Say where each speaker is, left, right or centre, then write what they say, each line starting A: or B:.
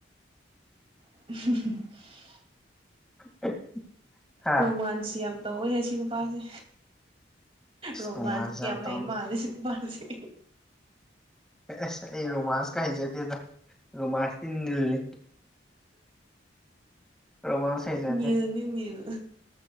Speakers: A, on the right; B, in the centre.
A: <inaudible>
B: <inaudible> ꯍꯥ
A: ꯔꯣꯃꯥꯟꯁ ꯌꯥꯝ ꯇꯧꯋꯦ ꯁꯤ ꯅꯨꯄꯥꯁꯦ ꯔꯣꯃꯥꯟ
B: ꯔꯣꯃꯥꯟꯁ
A: ꯌꯥꯝ
B: ꯇꯧꯋꯤ
A: ꯐꯥꯏ ꯃꯥꯂꯁꯤ ꯃꯥꯁꯤ
B: ꯑꯁ ꯑꯩ ꯔꯣꯃꯥꯟꯁꯀ ꯍꯩꯖꯗꯦꯗ ꯔꯣꯃꯥꯟꯁꯇꯤ ꯅꯤꯜꯅꯤ ꯔꯣꯃꯥꯟꯁ ꯍꯩꯖꯗꯦ
A: ꯃꯤꯂꯅꯤ ꯃꯤꯂ